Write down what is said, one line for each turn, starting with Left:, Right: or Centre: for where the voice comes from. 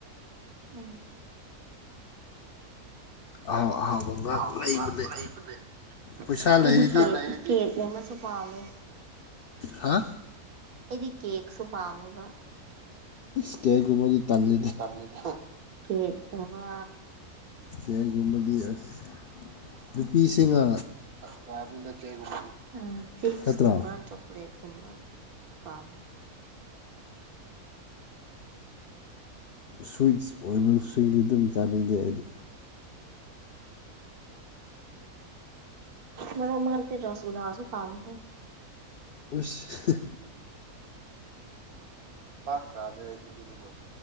Right: ꯎꯝ
Left: ꯑꯍꯥꯎ ꯑꯍꯥꯎꯕ ꯉꯥꯛ
Right: ꯑꯍꯥꯎꯕ
Left: ꯂꯩꯕꯅꯦ
Right: ꯃ ꯂꯩꯕꯅꯦ
Left: ꯄꯩꯁꯥ
Right: ꯑꯩꯗꯤ
Left: ꯂꯩꯔꯗꯤ
Right: ꯀꯦꯛ ꯀꯦꯛꯀꯨꯝꯕꯁꯨ ꯄꯥꯝꯃꯦ
Left: ꯍꯥꯥ
Right: ꯑꯩꯗꯤ ꯀꯦꯛꯁꯨ ꯄꯥꯝꯃꯦꯕꯥ
Left: ꯏꯁ ꯀꯦꯛꯀꯨꯝꯕꯗꯤ ꯇꯜꯂꯦ
Right: ꯇꯜꯂꯤꯗ ꯀꯦꯛ ꯎꯃꯥ
Left: ꯀꯦꯛꯒꯨꯝꯕꯗꯤ ꯑꯁ ꯅꯨꯄꯤꯁꯤꯡꯉ
Right: ꯑꯁ ꯆꯥꯅꯨꯗ ꯀꯦꯛꯀꯨꯝꯕꯗꯤ ꯎꯝ ꯆꯤꯞꯁꯀꯨꯝꯕ
Left: ꯅꯠꯇ꯭ꯔꯥ
Right: ꯆꯣꯀ꯭ꯂꯦꯠꯀꯨꯝꯕ ꯄꯥꯝꯃꯦ
Left: ꯁ꯭ꯋꯤꯠꯁ ꯑꯣꯏꯕꯁꯤꯡꯗꯤ ꯗꯨꯝ ꯆꯥꯅꯤꯡꯗꯦ ꯑꯩꯗꯤ
Right: ꯃꯔꯛ ꯃꯔꯛꯇ ꯔꯣꯁꯒꯨꯂꯥꯁꯨ ꯄꯥꯝꯃꯤꯍꯦ
Left: ꯑꯁ ꯍꯥ
Right: ꯄꯥꯥꯛ ꯆꯥꯗꯦ ꯑꯩꯗꯤ ꯑꯗꯨꯒꯨꯝꯕꯗꯣ